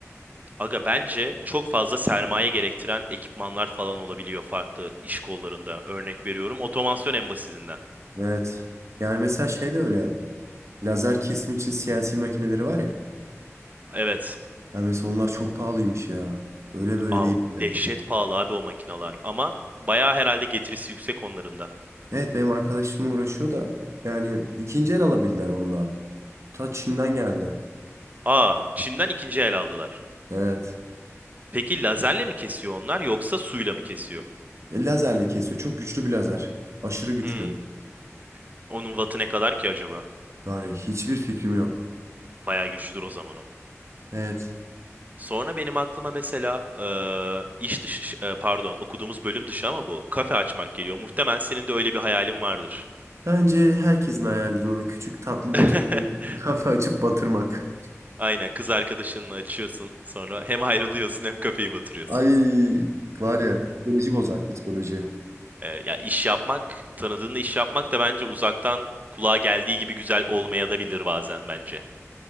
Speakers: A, on the right; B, on the right.
A: aga bence çok fazla sermaye gerektiren ekipmanlar falan olabiliyor farklı iş kollarında. Örnek veriyorum otomasyon en basitinden.
B: Evet. Yani mesela şey de öyle. Lazer kesim için CNC makineleri var ya.
A: Evet.
B: Ya mesela onlar çok pahalıymış ya. Öyle böyle
A: Aa,
B: değil hem de.
A: dehşet pahalı abi o makinalar ama bayağı herhalde getirisi yüksek onların da.
B: Evet benim arkadaşım uğraşıyor da yani ikinci el alabildiler onu da. Ta Çin'den geldi.
A: Aa, Çin'den ikinci el aldılar.
B: Evet.
A: Peki lazerle mi kesiyor onlar yoksa suyla mı kesiyor?
B: E, lazerle kesiyor. Çok güçlü bir lazer. Aşırı güçlü.
A: Hmm. Onun wattı ne kadar ki acaba?
B: Var ya hiçbir fikrim yok.
A: Bayağı güçlüdür o zaman o.
B: Evet.
A: Sonra benim aklıma mesela e, iş dışı, e, pardon okuduğumuz bölüm dışı ama bu kafe açmak geliyor. Muhtemelen senin de öyle bir hayalin vardır.
B: Bence herkesin hayalidir o küçük tatlı
A: <laughs>
B: butik bir <laughs> kafe açıp batırmak.
A: Aynen kız arkadaşınla açıyorsun sonra hem ayrılıyorsun hem kafeyi batırıyorsun.
B: Ay var ya psikoloji bozar psikoloji.
A: E, ya iş yapmak, tanıdığınla iş yapmak da bence uzaktan kulağa geldiği gibi güzel olmayabilir bazen bence.